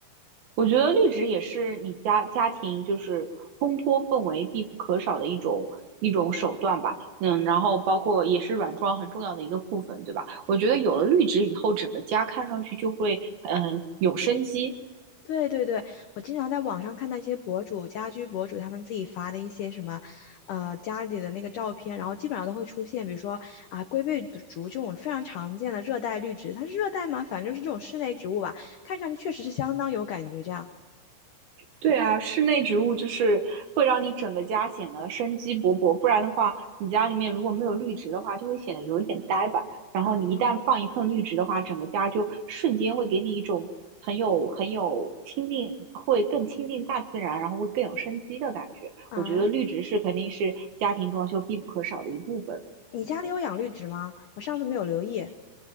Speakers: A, on the right; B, on the left.
A: 我觉得绿植也是你家家庭就是烘托氛围必不可少的一种一种手段吧。嗯，然后包括也是软装很重要的一个部分，对吧？我觉得有了绿植以后，整个家看上去就会嗯有生机。
B: 对对对，我经常在网上看到一些博主、家居博主他们自己发的一些什么，呃，家里的那个照片，然后基本上都会出现，比如说啊，龟背竹这种非常常见的热带绿植，它是热带吗？反正就是这种室内植物吧，看上去确实是相当有感觉。这样，
A: 对啊，室内植物就是会让你整个家显得生机勃勃，不然的话，你家里面如果没有绿植的话，就会显得有一点呆板。然后你一旦放一盆绿植的话，
B: 嗯
A: 整个家就瞬间会给你一种很有很有亲近，会更亲近大自然，然后会更有生机的感觉。
B: 啊，
A: 我觉得绿植是肯定是家庭装修必不可少的一部分。
B: 你家里有养绿植吗？我上次没有留意。